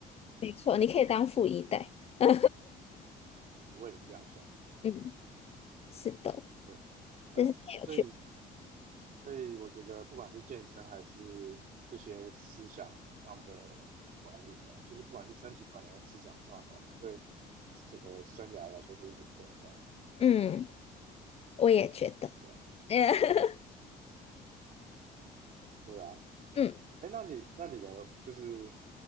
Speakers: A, on the left; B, on the right.
A: 没错，你可以当富一代。<laughs>
B: 我也是这样想，
A: 嗯，是的，
B: 对，呃，
A: 这是太有趣。
B: 所以所以我觉得不管是健身还是这些思想上的管理啊，就是不管是身体管理还是思想上的管理，对整个生涯来说都是很重要的，
A: 嗯，我也觉得。
B: 对啊，
A: <laughs>
B: 对啊。
A: 嗯，
B: 哎，那你那你的就是